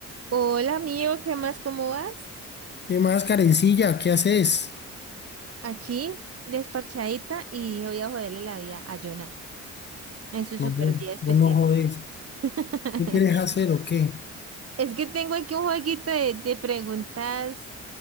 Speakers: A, on the right (about 50°); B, on the left (about 35°).
A: Hola amigo, ¿qué más? ¿Cómo vas?
B: ¿Qué más, Karencilla? ¿Qué haces?
A: Aquí, desparchadita, y dije, voy a joderle la vida a Jonah en su super
B: No, no,
A: día especial.
B: vos no jodés.
A: <laughs>
B: ¿Qué quieres hacer o qué?
A: Es que tengo aquí un jueguito de, de preguntas